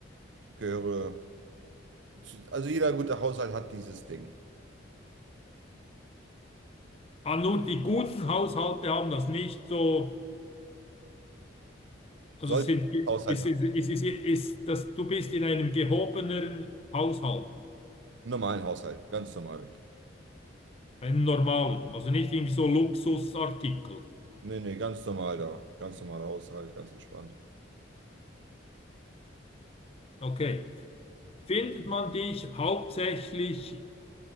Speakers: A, on the right (about 70°); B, on the left (about 30°).
A: gehöre. Zu, also jeder gute Haushalt hat dieses Ding.
B: Ah, nur die guten Haushalte haben das nicht so. Also
A: Sollte
B: es sind,
A: ich einen Haushalt
B: es
A: haben.
B: ist, es ist, ist, dass du bist in einem gehobeneren Haushalt,
A: Einen normalen Haushalt, ganz normal weg.
B: einem normalen, also nicht irgendwie so Luxusartikel.
A: Nee, nee, ganz normal da. Ganz normaler Haushalt, ganz entspannt.
B: Okay. Findet man dich hauptsächlich